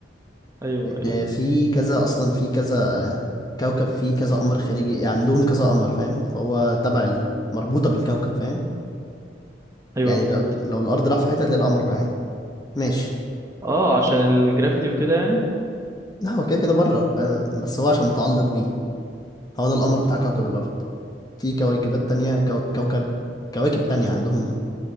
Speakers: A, on the right (about 15°); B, on the left (about 20°).
A: ايوه ايوه
B: لان في كذا اصلا في كذا آه، كوكب فيه كذا قمر خارجي يعني عندهم كذا قمر فاهم فهو تبع ال- مربوطة بالكوكب فاهم
A: ايوه
B: يعني
A: فهمت
B: لو لو الارض راح في حته هتلاقي القمر معاه ماشي
A: اه عشان الجرافيتي وكده يعني
B: لا هو كده كده بره ف... بس هو عشان متعلق بيه هو ده القمر بتاع كوكب الارض في كويكبات تانية كو... كوكب كواكب تانية عندهم